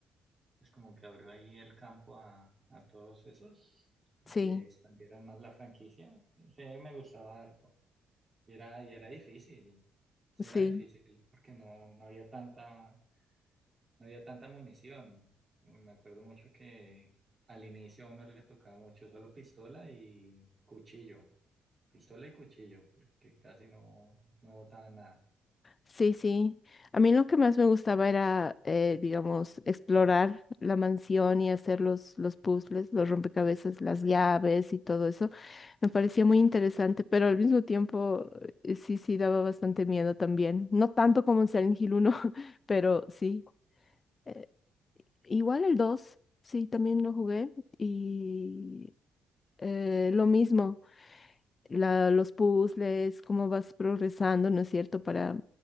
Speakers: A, on the right; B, on the left.
A: es como que abrió ahí el campo a, a todos esos, a
B: Sí,
A: que expandieran más la franquicia. Ese me gustaba harto. Y era, y era difícil, ese
B: sí.
A: era difícil porque no, no había tanta, no había tanta munición. Me acuerdo mucho que al inicio a uno le tocaba mucho solo pistola y cuchillo, pistola y cuchillo, porque casi no, no botaban nada.
B: Sí, sí. A mí lo que más me gustaba era, eh, digamos, explorar la mansión y hacer los, los puzzles, los rompecabezas, las llaves y todo eso. Me parecía muy interesante, pero al mismo tiempo eh, sí, sí daba bastante miedo también. No tanto como en Silent Hill uno, <laughs> pero sí. Eh, igual el 2, sí, también lo jugué y eh, lo mismo la- los puzzles, cómo vas progresando, ¿no es cierto? Para,